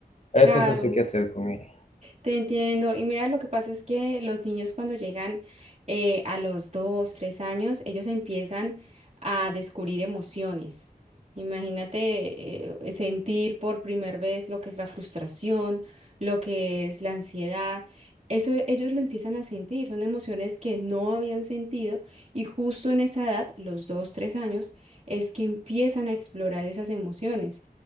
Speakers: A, on the right; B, on the left.
A: claro.
B: A veces no sé qué hacer con ella.
A: Te entiendo. Y mira, lo que pasa es que los niños cuando llegan eh, a los dos, tres años, ellos empiezan a descubrir emociones. Imagínate eh, sentir por primera vez lo que es la frustración, lo que es la ansiedad. Eso ellos lo empiezan a sentir, son emociones que no habían sentido y justo en esa edad, los dos, tres años, es que empiezan a explorar esas emociones.